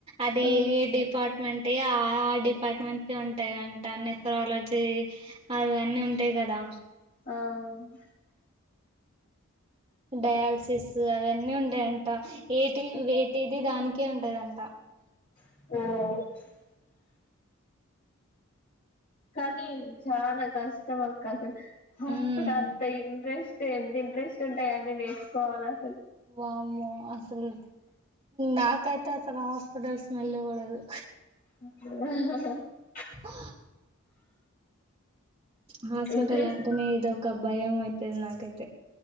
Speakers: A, on the right; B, on the left.
A: అది
B: ఆ
A: ఏ డిపా వంటే ఆ ఆ డిపార్ట్మెంట్ కె ఉంటాయి అంట నఫరాలజీ అవన్నీ ఉంటాయి కదా
B: ఆవున్
A: డయాలసిస్ అవన్ని ఉంటాయంట ఏటి వేటిది దానికే ఉంటదంట
B: ఉమ్ కానీ చాలా కష్టం అక్క అసలు హాస్పిటల్
A: ఉమ్
B: అంత ఇంట్రెస్ట్ టే ఎంత ఇంట్రెస్ట్ ఉంటాయ నేను నేర్చుకోవాలే
A: వామ్మో అసలు నాకైతే అసలు హాస్పిటల్స్ స్మెల్లే పడదు
B: ఆఆ
A: హా హాస్పిటల్
B: ఇంట్రెస్ట్
A: అంటేనే ఏదో ఒక భయం అయితది నాకైతే